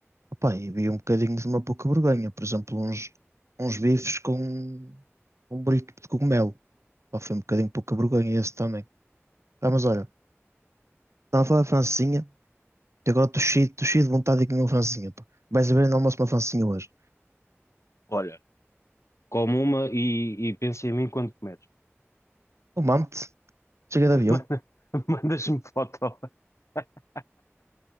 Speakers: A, on the right (about 75°); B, on the left (about 75°).
A: Opa, e vi um bocadinho de uma pouca vergonha. Por exemplo, uns, uns bifes com um burrito de cogumelo. Pá, foi um bocadinho pouca vergonha esse também. Pá, mas olha, estava a falar de francesinha, e agora estou cheio, estou cheio de vontade de comer uma francesinha. Pá. Vais a ver no almoço uma francesinha hoje.
B: Olha, come uma e, e pensa em mim quando comeres.
A: O mante, chega
B: <laughs>
A: de avião.
B: Manda- Mandas-me foto. <laughs>